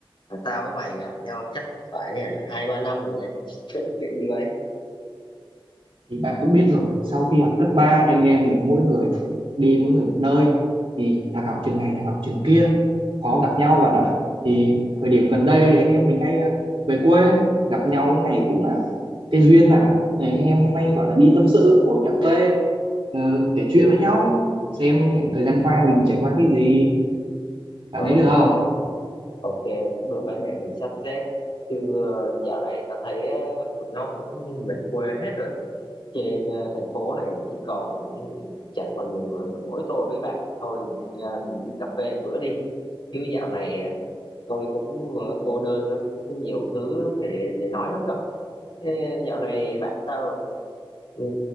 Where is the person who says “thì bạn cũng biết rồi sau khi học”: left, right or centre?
Right